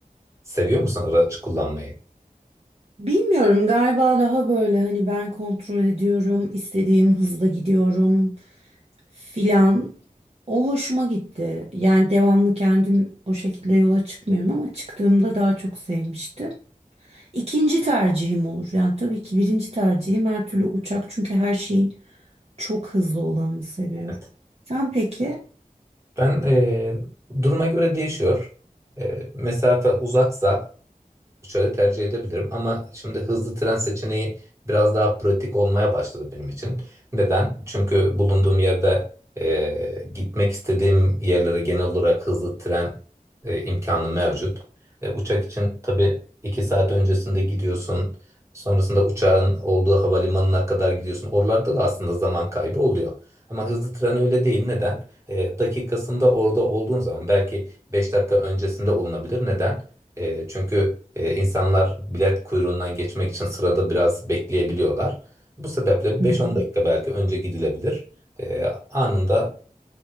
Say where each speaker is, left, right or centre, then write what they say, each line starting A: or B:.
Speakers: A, on the right (about 20°); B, on the right (about 45°).
A: Seviyor musun araç kullanmayı?
B: Bilmiyorum galiba daha böyle hani ben kontrol ediyorum, istediğim hızla gidiyorum. filan. O hoşuma gitti. Yani devamlı kendim o şekilde yola çıkmıyorum ama çıktığımda daha çok sevmiştim. İkinci tercihim olur. Yani tabii ki birinci tercihim her türlü uçak çünkü her şeyin çok hızlı olanını seviyorum.
A: Evet.
B: Sen peki?
A: Ben e, duruma göre değişiyor. E, mesafe uzaksa Şöyle tercih edebilirim ama şimdi hızlı tren seçeneği biraz daha pratik olmaya başladı benim için. Neden? Çünkü bulunduğum yerde e, gitmek istediğim yerlere genel olarak hızlı tren e, imkanı mevcut. E, uçak için tabii iki saat öncesinde gidiyorsun. Sonrasında uçağın olduğu havalimanına kadar gidiyorsun. Oralarda da aslında zaman kaybı oluyor. Ama hızlı tren öyle değil. Neden? E, dakikasında orada olduğun zaman belki 5 dakika öncesinde olunabilir. Neden? E, çünkü e, insanlar bilet kuyruğundan geçmek için sırada biraz bekleyebiliyorlar. Bu sebeple
B: Hı
A: beş
B: hı.
A: on dakika belki önce gidilebilir. E, anında